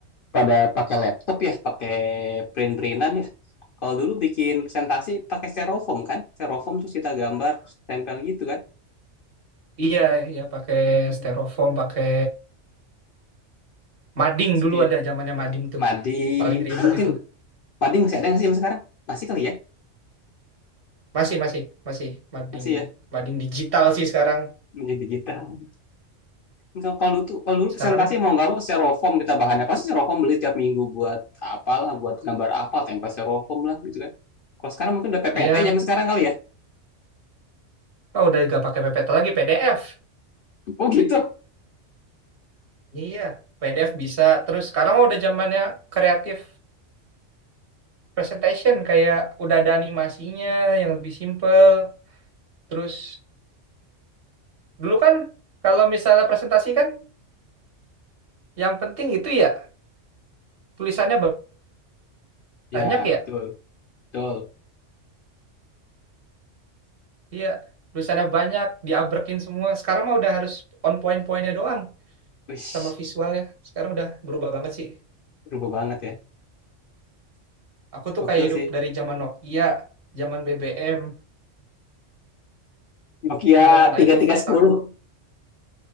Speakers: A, on the left (about 60°); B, on the right (about 50°).
A: pada pakai laptop ya, pakai print-printan ya. Kalau dulu bikin presentasi pakai styrofoam kan? Styrofoam terus kita gambar terus tempel gitu kan.
B: Iya, iya pakai styrofoam, pakai mading
A: Spi-
B: dulu ada zamannya mading tuh.
A: mading.
B: paling ribet
A: Nah, mungkin
B: itu
A: mading masih ada nggak sih yang sekarang? Masih kali ya?
B: masih masih masih mading
A: Masih ya?
B: mading digital sih sekarang
A: menjadi digital. Kalau kalau dulu kalau dulu
B: sekarang
A: presentasi mau nggak mau styrofoam kita bahannya pasti styrofoam beli tiap minggu buat apalah, buat gambar apa, tempel styrofoam lah gitu kan. Kalau sekarang mungkin udah PPT
B: iya
A: zaman sekarang kali ya.
B: oh udah gak pakai PPT lagi PDF
A: Oh gitu.
B: iya PDF bisa terus sekarang mah udah zamannya kreatif presentation kayak udah ada animasinya yang lebih simple terus dulu kan kalau misalnya presentasi kan yang penting itu ya tulisannya
A: Ya,
B: banyak
A: betul,
B: ya
A: betul.
B: iya tulisannya banyak diabrekin semua sekarang mah udah harus on point-pointnya doang
A: Wih,
B: sama visualnya sekarang udah berubah banget sih
A: berubah banget ya.
B: Aku tuh
A: Gokil
B: kayak hidup
A: sih.
B: dari zaman Nokia, zaman BBM,
A: Nokia
B: zaman
A: 3310.
B: iPhone pertama.